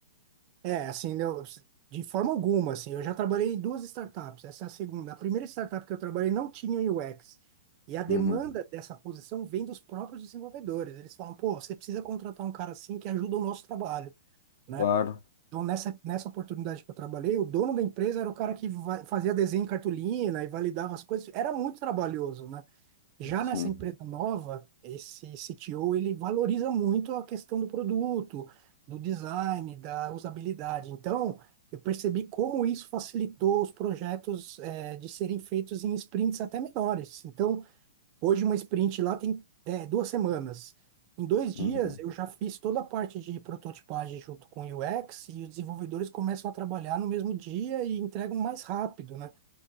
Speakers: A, on the right; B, on the left.
A: É, assim, né, eu- de forma alguma, assim, eu já trabalhei em duas startups, essa é a segunda. A primeira startup que eu trabalhei não tinha UX. E a demanda
B: Uhum.
A: dessa posição vem dos próprios desenvolvedores. Eles falam, pô, você precisa contratar um cara assim que ajuda o nosso trabalho, né?
B: Claro,
A: Então, nessa, nessa oportunidade que eu trabalhei, o dono da empresa era o cara que va- fazia desenho em cartolina e validava as coisas. Era muito trabalhoso, né? Já
B: sim.
A: nessa empresa nova, esse CTO, ele valoriza muito a questão do produto, do design, da usabilidade. Então, eu percebi como isso facilitou os projetos eh, de serem feitos em sprints até menores. Então, hoje uma sprint lá tem eh, duas semanas. Em dois dias,
B: Uhum.
A: eu já fiz toda a parte de prototipagem junto com o UX e os desenvolvedores começam a trabalhar no mesmo dia e entregam mais rápido, né?